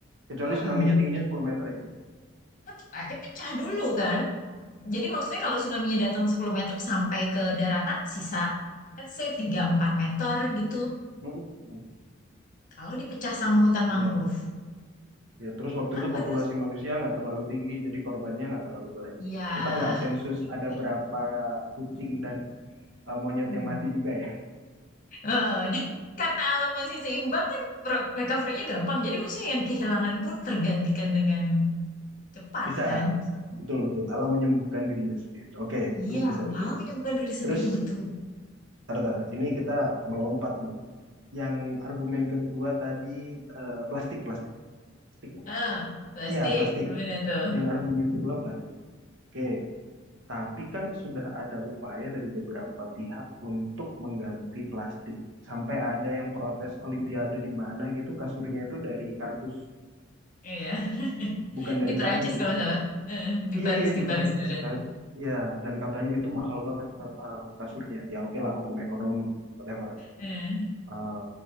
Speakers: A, on the right; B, on the left.
A: Kecuali
B: Mm-mm.
A: tsunami-nya tingginya 10 meter ya.
B: tetap aja pecah dulu kan jadi maksudnya kalau tsunami-nya datang 10 meter sampai ke daratan sisa let's say tiga empat meter gitu
A: Mm-mm.
B: kalau dipecah sama hutan
A: Iya,
B: mangrove
A: ya. Terus waktu
B: kan
A: itu
B: menurut
A: populasi
B: saya,
A: manusia nggak terlalu tinggi, jadi korbannya nggak terlalu banyak.
B: ya
A: Kita nggak sensus
B: itu juga
A: ada berapa kucing dan eh, monyet
B: Hmm.
A: yang mati juga ya.
B: Heeh, dia karena alam masih seimbang kan pro- recovery-nya gampang jadi maksudnya yang kehilangan pun tergantikan dengan
A: <laughs>
B: cepat
A: Bisa,
B: kan
A: bisa. Betul, betul. Alam menyembuhkan dirinya sendiri. Oke,
B: iya
A: itu bisa diterima.
B: alam menyembuhkan diri sendiri
A: Terus,
B: betul
A: tar, tar, ini kita melompat nih. Yang argumen kedua tadi eh, plastik, plastik. Plastik ya?
B: eh plastik
A: Iya, plastik.
B: gimana tuh
A: Yang argumen kedua plastik. Oke, tapi kan sudah ada upaya dari beberapa pihak untuk mengganti plastik. Sampai ada yang protes Olimpiade di mana gitu kasurnya itu dari kardus,
B: Iya. <laughs>
A: bukan dari
B: Di
A: kayu.
B: Perancis kalau nggak salah. Eh, di
A: Iya,
B: Paris,
A: iya,
B: di
A: di
B: Paris
A: Perancis.
B: beneran.
A: Ka- Iya, dan katanya itu mahal banget ka- eh, kasurnya. Ya oke lah, hukum ekonomi, whatever.
B: Eh.
A: Eh,